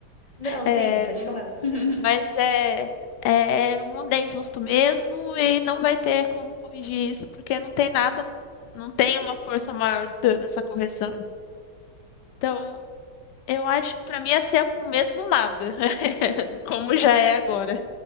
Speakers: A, on the left (about 25°); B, on the left (about 70°).
A: Não,
B: É,
A: sim, pode falar. <laughs>
B: mas é, é, o mundo é injusto mesmo e não vai ter como corrigir isso, porque não tem nada, não tem uma força maior dando essa correção. Então, eu acho que para mim ia ser o mesmo nada, <laughs> como já é agora.